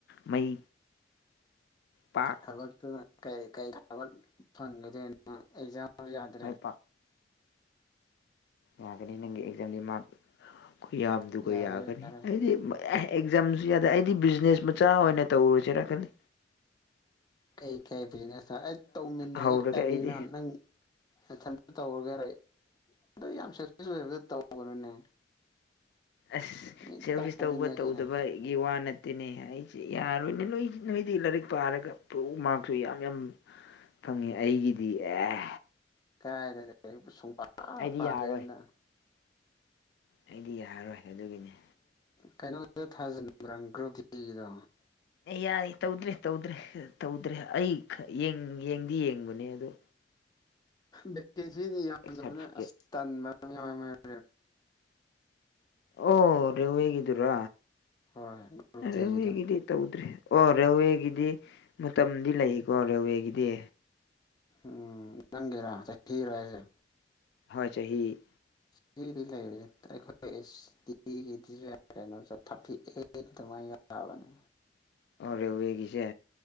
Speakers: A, on the left (about 65°); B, on the left (about 20°).
A: ꯃꯩ ꯄꯥꯛ
B: ꯊꯕꯛꯇꯨ ꯀꯩ ꯀꯔꯤ ꯊꯕꯛ ꯐꯪꯒꯗꯣꯏꯅꯣꯥ ꯑꯦꯖꯝ ꯌꯥꯗ꯭ꯔꯦ
A: ꯃꯥꯏ ꯄꯥꯛ ꯌꯥꯒꯅꯤ ꯅꯪꯒꯤ ꯑꯦꯛꯖꯥꯝꯗꯤ ꯃꯥꯔꯛ ꯑꯩ ꯌꯥꯕꯗꯨꯒ
B: ꯌꯥꯔꯣꯏ
A: ꯌꯥꯒꯅꯤ
B: ꯌꯥꯔꯣꯏ
A: ꯑꯩꯗꯤ ꯑꯦ ꯑꯦꯛꯖꯥꯝꯁꯨ ꯌꯥꯗꯦ ꯑꯩꯗꯤ ꯕꯤꯖꯤꯅꯦꯁ ꯃꯆꯥ ꯑꯣꯏꯅ ꯇꯧꯔꯨꯁꯤꯔꯀꯜꯂꯤ
B: ꯑꯩ ꯀꯩ ꯕꯤꯖꯤꯅꯦꯁꯇ ꯑꯩ ꯇꯧꯃꯤꯟꯅ
A: ꯍꯧꯔꯒ
B: ꯀꯔꯤꯅꯣ
A: ꯑꯩꯗꯤ
B: ꯅꯪ ꯊꯟꯇ ꯇꯧꯔꯒꯦ ꯌꯥꯝ ꯑꯣꯏꯕ ꯇꯧꯒꯅꯨꯅꯦ
A: ꯑꯁ
B: ꯃꯤ
A: ꯁꯦꯜ
B: ꯇꯧꯃꯤꯟꯅꯁꯤꯅꯦ
A: ꯑꯣꯐꯤꯁ ꯇꯧꯕ ꯇꯧꯗꯕꯒꯤ ꯋꯥ ꯅ ꯇꯤꯅꯦ ꯑꯩꯁꯦ ꯌꯥꯔꯣꯏꯅꯦ ꯅꯣꯏ ꯅꯣꯏꯗꯤ ꯂꯥꯏꯔꯤꯛ ꯄꯥꯔꯒ ꯄꯨꯛꯎ ꯃꯥꯔꯛꯁꯨ ꯌꯥꯝ ꯌꯥꯝ ꯐꯪꯉꯤ ꯑꯩꯒꯤꯗꯤ ꯑꯦ
B: ꯀꯥꯏꯗ ꯁꯨꯡꯕ
A: ꯑꯩꯗꯤ
B: ꯄꯥꯗꯦꯅ
A: ꯌꯥꯔꯣꯏ ꯑꯩꯗꯤ ꯌꯥꯔꯔꯣꯏ ꯑꯗꯨꯒꯤꯅꯤ
B: ꯀꯩꯅꯣꯗꯨꯗ ꯊꯥꯖꯟꯕ꯭ꯔꯥ ꯒ꯭ꯔꯨꯞꯇꯤꯗꯣ
A: ꯑꯦ ꯌꯥꯏ ꯇꯧꯗ꯭ꯔꯦ ꯇꯧꯗ꯭ꯔꯦ ꯇꯧꯗ꯭ꯔꯦ ꯑꯩ ꯌꯦꯡꯗꯤ ꯌꯦꯡꯕꯅꯦ ꯑꯗꯣ
B: ꯚꯦꯀꯦꯟꯁꯤꯗꯤ ꯌꯥꯝꯗꯕꯅ
A: ꯁꯥꯔꯇꯤꯐꯤꯀꯦꯠ
B: ꯑꯁ ꯇꯟꯕꯁ
A: ꯑꯣ ꯔꯦꯜꯋꯦꯒꯤꯗꯨꯔꯥ
B: ꯍꯣꯏ ꯒ꯭ꯔꯨꯞ ꯗꯤꯒꯤꯗꯣ
A: ꯔꯦꯜꯋꯦꯒꯤꯗꯤ ꯇꯧꯗ꯭ꯔꯔꯤ ꯑꯣ ꯔꯦꯜꯋꯦꯒꯤꯗꯤ ꯃꯇꯝꯗꯤ ꯂꯩꯀꯣ ꯔꯦꯜꯋꯦꯒꯤꯗꯤ
B: ꯎꯝ ꯅꯪꯒꯦꯔ ꯊꯔꯦꯁꯦ
A: ꯍꯥꯏꯣꯏ ꯆꯍꯤ ꯆꯍꯤ
B: ꯁꯤꯗꯤ ꯂꯩꯔꯤꯁꯦ ꯑꯩꯈꯣꯏ ꯑꯦꯁ ꯇꯤꯒꯤ ꯗꯤ ꯀꯩꯅꯣꯁ ꯊꯥꯔꯇꯤ ꯑꯦ ꯑꯗꯨꯃꯥꯏꯅ ꯕꯅꯤ
A: ꯔꯦꯋꯦꯒꯤꯁꯦ